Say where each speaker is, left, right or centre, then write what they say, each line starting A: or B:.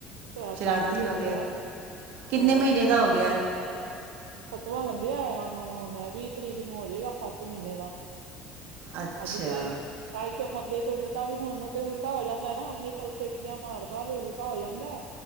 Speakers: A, on the right (about 75°); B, on the right (about 60°).
A: ਸ਼ਰਾਰਤਾਂ
B: ਸ਼ਰਾਰਤੀ
A: ਕਰਨ
B: ਹੋ
A: ਲੱਗ ਗਿਆ ਔ
B: ਕਿੰਨੇ
A: ਹੋਰ।
B: ਮਹੀਨੇ ਦਾ ਹੋ ਗਿਆ
A: ਸੱਤਵਾਂ ਲੱਗਿਆਂ ਉਨੂੰ ਹੁਨ ਐ ਵੀ ਤਰੀਕ ਨੂੰ ਹੋ ਜੇਗਾ ਸੱਤ ਮੀਨੇ ਦਾ।
B: ਅੱਛਾ
A: ਅੱਜ ਤੇ-ਅੱਜ ਤੇ ਮੰਜੇ ਤੇ ਉਲਟਾ ਵੀ ਹੋਨ ਨੂੰ ਤੇ ਉਲਟਾ ਹੋ ਜਾਂਦਾ ਨਾ ਆਪਨੇ ਪਲਸੇਟੀਆਂ ਮਾਰਦਾ ਵੇ ਉਲਟਾ ਹੋ ਜਾਂਦਾ।